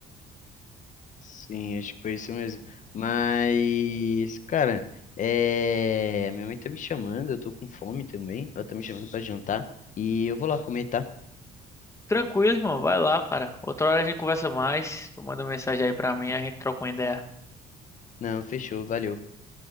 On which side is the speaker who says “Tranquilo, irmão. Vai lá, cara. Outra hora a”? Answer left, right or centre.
Left